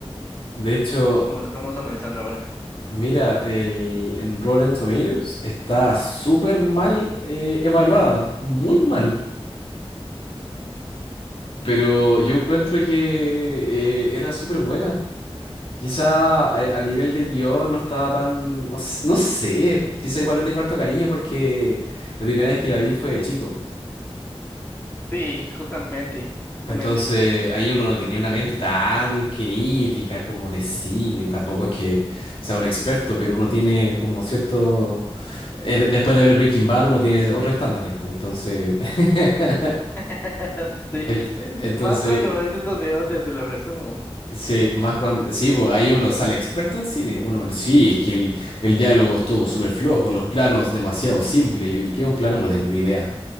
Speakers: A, on the left; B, on the left.
A: De hecho,
B: como lo estamos analizando ahora.
A: mira, el, en Rotten Tomatoes está súper mal eh, evaluada, muy mal. Pero
B: Mm.
A: yo encuentro que eh, era súper buena. Quizá a, a nivel de guión no estaba tan... No, s- no sé, quizá igual le tengo harto cariño porque la primera vez que la vi fue de chico.
B: Sí, justamente,
A: Entonces
B: justamente.
A: ahí uno no tenía una mente tan crítica como de cine, tampoco es que sea un experto, pero uno tiene como cierto... eh, de- después de ver Breaking Bad uno tiene otros estándares, pues, entonces... <laughs>
B: <laughs> Sí,
A: Et- e, Entonces,
B: más cuando ves estos videos de te los resumo.
A: Sí, más cuando, sí, pues ahí uno sale experto en cine. Uno, sí, es que el, el diálogo estuvo súper flojo, los planos demasiado simples. Y, y qué es un plano
B: <laughs>
A: no tengo idea.